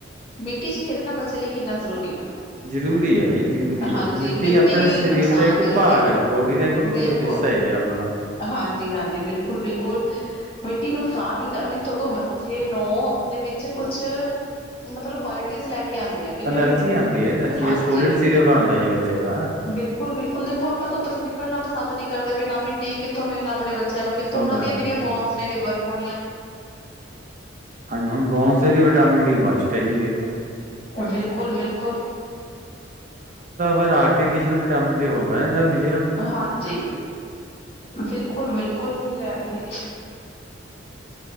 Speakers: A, on the left; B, on the right.
A: ਮਿੱਟੀ ਚ ਖੇਡਣਾ ਬੱਚੇ ਲਈ ਕਿੰਨਾ ਜ਼ਰੂਰੀ। ਆ
B: ਜ਼ਰੂਰੀ ਹੈ ਜੀ ਜ਼ਰੂਰੀ
A: ਹਾਂਜੀ
B: ਹੈ।
A: ਮਿੱਟੀ
B: ਆਪਣੇ ਸਰੀਰ
A: ਨੁਕਸਾਨ
B: ਦਾ ਇੱਕ
A: ਕਰਨ
B: ਭਾਗ
A: ਦੀ
B: ਹੈ ਬੋਡੀ ਦਾ ਇੱਕ
A: ਬਿਲਕੁਲ
B: ਹਿੱਸਾ ਹੈ ਜੀ ਆਪਣਾ
A: ਹਾਂਜੀ ਹਾਂਜੀ ਬਿਲਕੁਲ ਬਿਲਕੁਲ। ਮਿੱਟੀ ਨੁਕਸਾਨ ਨੀ ਕਰਦੀ ਸਗੋਂ ਬੱਚੇ ਨੂੰ ਦੇ ਵਿੱਚ ਕੁਛ ਮਤਲਬ ਕੁਆਲਿਟੀਜ਼ ਲੈ ਕੇ ਆਉਂਦੀ ਆ ਕਿਉਂਕਿ
B: ਐਨਰਜੀ
A: ਮਿ
B: ਆਦੀ ਹੈ ਐਨਰਜੀ
A: ਹਾਂਜੀ
B: ਹੈ ਸੋਲਿਡ ਸਿਰਪ ਬਣਦਾ ਜੀ ਬੱਚੇ ਦਾ
A: ਬਿਲਕੁਲ ਬਿਲਕੁਲ ਦੇਖੋ ਆਪਾਂ ਧੁੱਪ ਚ ਨਿਕਲਣਾ ਪਸੰਦ ਨਹੀਂ ਕਰਦੇ ਵਿਟਾਮਿਨ ਡੀ ਕਿੱਥੋਂ ਮਿਲਣਾ। ਆਪਣੇ ਬੱਚਿਆਂ ਨੂੰ ਕਿੱਥੋਂ ਉਹਨਾਂ
B: ਮਿਲਣਾ
A: ਦੀਆਂ ਜਿਹੜੀਆਂ
B: ਜੀ
A: ਬੋਨਜ ਨੇ ਡਵੈਲਪ ਪਾਉਣੀਆ।
B: ਹਾਂਜੀ ਹੁਣ ਬੋਨ ਸਰੀ ਵਿਟਾਮਿਨ ਡੀ ਮਸਟ ਹੈ ਜੀ ਦੇਖੋ
A: ਬਿਲਕੁਲ ਬਿਲਕੁਲ।
B: ਆਰਟੀਫਿਸ਼ਅਲ ਵਿਟਾਮਨ ਡੀ ਹੋ ਗਿਆ। <unintelligible>
A: ਹਾਂਜੀ ਬਿਲਕੁਲ ਬਿਲਕੁਲ ਨੀ ਲੈ ਰਹੇ।